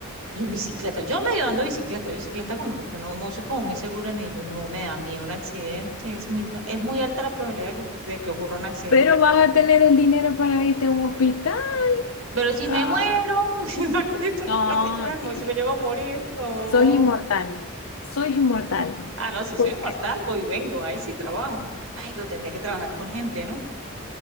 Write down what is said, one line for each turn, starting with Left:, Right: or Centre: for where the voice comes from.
Right: Y en bicicleta, yo medio ando bicicleta, bicicleta como que, que no, no soy como muy segura en ello, no me da miedo un accidente, es muy, es muy alta la probabilidad de que, de que ocurra un accidente.
Left: pero vas a tener el dinero para irte a un hospital.
Right: Pero si
Left: Ah,
Right: me muero, <laughs> ¿para qué necesito la
Left: no,
Right: plata? Y Ya me muero,
Left: tío,
Right: si me llego a morir, no.
Left: soy inmortal, soy inmortal.
Right: Ah, no, si
Left: ¿Por
Right: soy inmortal
Left: qué?
Right: voy y vengo, ahí sí trabajo. Ay, pero tendría que trabajar con gente, ¿no?